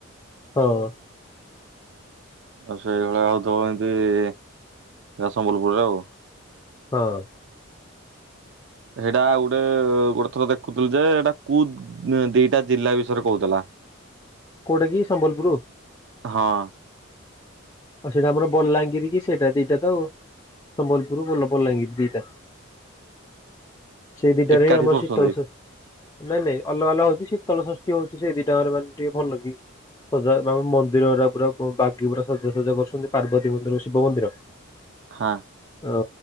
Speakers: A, on the left; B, on the right.
A: ହଁ।
B: ଆଉ ସେଇଭଳିଆ ହେଉଥବ ଏମତି ସମ୍ବଲପୁରରେ ଆଉ।
A: ହଁ।
B: ଏଡା ଗୋଟେ ଗୋଟେ ଥର ଦେଖୁଥିଲୁ ଯେ ଏଇଟା କୋଉ ଦିଟା ଜିଲ୍ଲା ବିଷୟରେ କହୁଥିଲା। <inaudible>
A: କୋଉଟା କି ସମ୍ବଲପୁରୁ।
B: ହଁ।
A: ସେଇଟା ଆମର ବଲାଙ୍ଗୀରି କି ସେଇଟା ଦିଟା ତ ଆଉ ସମ୍ବଲପୁର ବଲାଙ୍ଗୀରି ଦିଟା। ସେଇ ଦିଟାରେ
B: ଏକାଠି
A: ଆମର
B: କରୁଛନ୍ତି
A: ଶୀତଳ ସଶି ନାଇଁ ନାଇଁ ଅଲଗା ଅଲଗାହଉଚି ଶିତଳଷଷ୍ଟିହଉଛି ସେ ଦିଟାରେ ମାନେ ଟିକେ ଭଲକି। ସଜା ମେ ମନ୍ଦିରା ପୁରା ବାଗି ପୁରା ସଜା। ପୂଜା କରୁଛନ୍ତି ପାର୍ବତୀ ମନ୍ଦିର ଓ ଶିବ ମନ୍ଦିର।
B: ହଁ।
A: ଓ